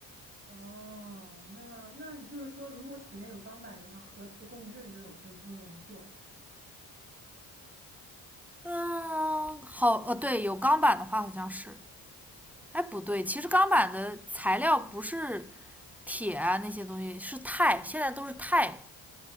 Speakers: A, on the right (about 25°); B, in the centre.
A: 哦，那那你就是说，如果体内有钢板的话，核磁共振这种是不能做，
B: 嗯，好，呃，对，有钢板的话好像是，哎，不对，其实钢板的材料不是铁啊那些东西，是钛，现在都是钛。